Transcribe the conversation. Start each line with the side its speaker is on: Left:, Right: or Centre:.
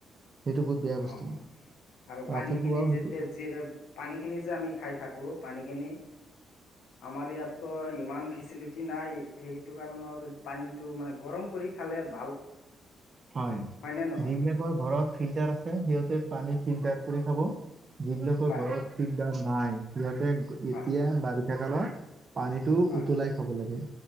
Right: সেইটো বহুত বেয়া
Left: অ
Right: বস্তু
Left: অ আৰু পানী
Right: ৰাতিপুৱা
Left: খিনি
Right: সেইটো
Left: যেতিয়া যি সেই পানীখিনি যে আমি খাই থাকো পানীখিনি
Right: <unintelligible>
Left: আমাৰ ইয়াততো ইমান ফেচিলিটি নাই সেইটো কাৰণত পানীটো মানে গৰম কৰি খালে ভাল।
Right: <unintelligible> হয়
Left: হয়নে নহয়
Right: যিবিলাকৰ ঘৰত ফিল্টাৰ আছে সিহঁতে পানী ফিল্টাৰ কৰি খাব। যিবিলাকৰ
Left: হয়
Right: ঘৰত
Left: হয়
Right: ফিল্টাৰ নাই সিহঁতে
Left: হয়
Right: এতিয়া বাৰিষা কালত পানীত টো
Left: হয়
Right: উতলাই খাব লাগে